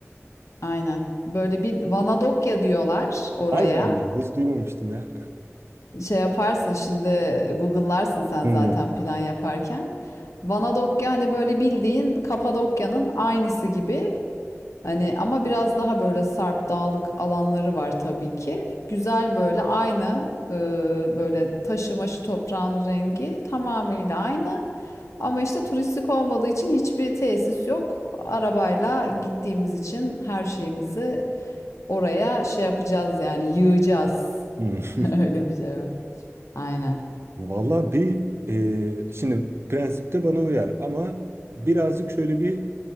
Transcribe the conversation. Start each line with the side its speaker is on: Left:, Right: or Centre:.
Left: Aynen. Böyle bir Vanadokya diyorlar oraya.
Right: Allah Allah hiç duymamıştım ya.
Left: Şey yaparsın şimdi Google'larsın sen
Right: Hmm.
Left: zaten plan yaparken. Vanadokya hani böyle bildiğin Kapadokya'nın aynısı gibi Hani ama biraz daha böyle sarp dağlık alanları var tabii ki. Güzel böyle aynı e, böyle taşı maşı toprağın rengi tamamıyla aynı. Ama işte turistik olmadığı için hiçbir tesis yok. Arabayla gittiğimiz için her şeyimizi oraya şey yapacağız yani yığacağız.
Right: Hmm. <laughs>
Left: <laughs> Öyle bir şey var. Aynen.
Right: Valla bir e, şimdi prensipte bana uyar ama birazcık şöyle bir